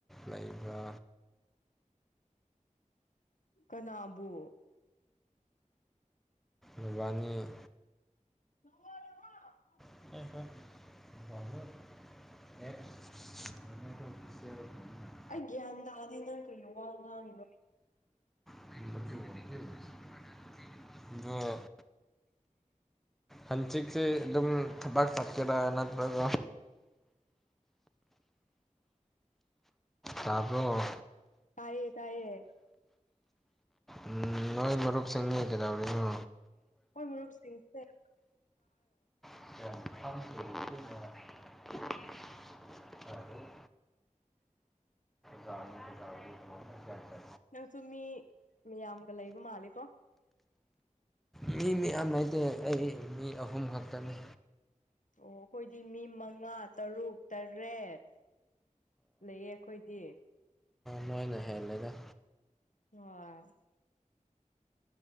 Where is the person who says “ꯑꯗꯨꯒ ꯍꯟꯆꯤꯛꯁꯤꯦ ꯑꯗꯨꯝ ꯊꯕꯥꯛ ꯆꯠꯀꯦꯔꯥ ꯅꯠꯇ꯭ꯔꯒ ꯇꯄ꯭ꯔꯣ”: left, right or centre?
Centre